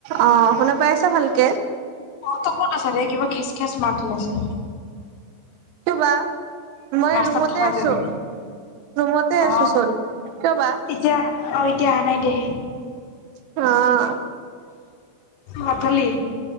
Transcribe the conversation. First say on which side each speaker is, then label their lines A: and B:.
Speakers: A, on the right; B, on the left.
A: অ, শুনা পাইছা ভালকে?
B: অ, ক'ত আছে, ৰে কিবা খেচ-খেচ মাত ওলাইছে।
A: বা মই
B: ৰাস্তাত
A: ৰুমতে
B: থকা
A: আছোঁ,
B: বাবে
A: ৰুমতে
B: অ
A: আছোঁ চোন কিয় বা?
B: এতিয়া অ', এতিয়া আহা নাই দে
A: অ'
B: ভাত খালি?